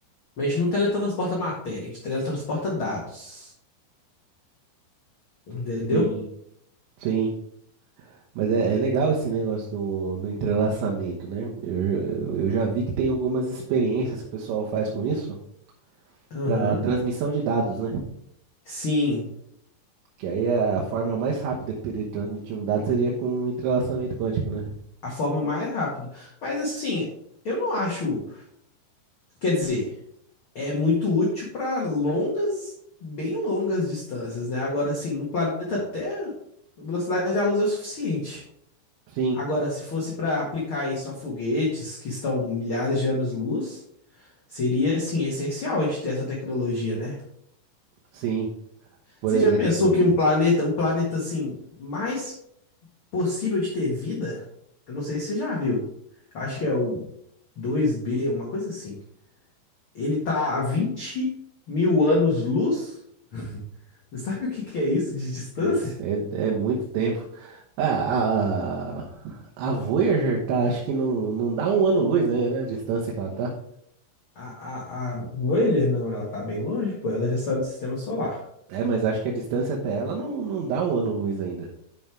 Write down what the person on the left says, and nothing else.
mas a gente não teletransporta matéria, a gente teletransporta dados, entendeu?
Aham.
Sim,
a forma mais rápida. Mas assim, eu não acho, quer dizer, é muito útil para longas, bem longas distâncias, né? Agora, assim, no planeta Terra, a velocidade da luz é o suficiente.
Agora, se fosse para aplicar isso a foguetes que estão milhares de anos-luz, seria assim essencial a gente ter essa tecnologia, né?
Você
já pensou que um planeta, o planeta assim mais possível de ter vida? Eu não sei se você já viu. Eu acho que é o dois b uma coisa assim. Ele tá a 20 mil anos-luz. Você sabe o que que é isso de distância?
A, a, a Voyager, não, ela tá bem longe, pô. Ela já saiu do sistema solar.